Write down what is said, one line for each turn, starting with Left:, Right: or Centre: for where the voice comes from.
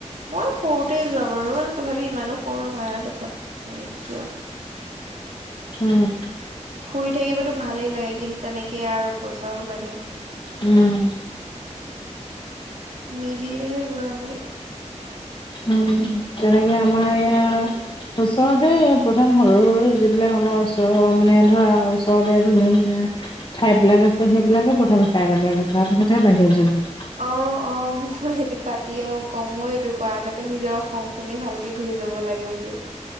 Right: মই সৰুতে যোৱা বাৰু মানে তথাপি ইমানো সৰু নহয় আৰু তথা- সেইটোৱা।
Left: উম
Right: ফুৰি থাকিবতো ভালেই লাগে কিন্তু তেনেকেই আৰু পইচাও লাগে।
Left: উম
Right: মিলিলেহে যোৱা হয়।
Left: উম তেনেকে আমাৰ এয়া ওচৰতে প্ৰথম সৰু-সৰু যি- বিলাক আমাৰ ওচৰৰ মানে ধৰা ওচৰতে ধুনীয়া-ধুনীয়া ঠাই বিলাক আছে সেইবিলাকে প্ৰথমে- চাই ল'ব লাগে। তাৰপিছতহে বাহিৰত যাবলাগে।
Right: অ', অ', মই সেটো পাতি অ' ক' মই এইটো কোৱা আগতে নিজৰ অসমখনে ভালকে ঘূ- ৰি ল'ব লাগে বুলি।